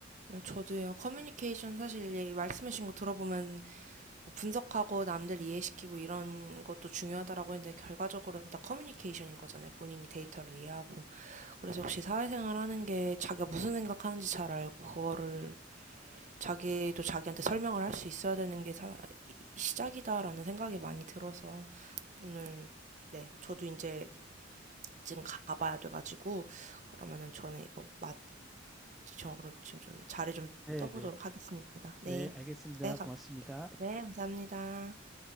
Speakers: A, on the right; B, in the centre.
A: 저도요, 커뮤니케이션 사실 말씀하신 거 들어보면 뭐 분석하고 남들 이해시키고 이런 것도 중요하다라고 했는데 결과적으로는 다 커뮤니케이션인 거잖아요. 본인이 데이터를 이해하고. 그래서 역시 사회생활 하는 게 자기가 무슨 생각하는지 잘 알고 그거를 자기도 자기한테 설명을 할 수 있어야 되는 게 사- 시작이다라는 생각이 많이 들어서 오늘 네, 저도 이제 지금 가봐야 돼가지고 그러면은 저는 이거 맞 저거를 지금 좀 자리 좀
B: 네,
A: 떠보도록
B: 네.
A: 하겠습니다.
B: 네,
A: 네,
B: 알겠습니다.
A: 네, 감,
B: 고맙습니다.
A: 네, 감사합니다.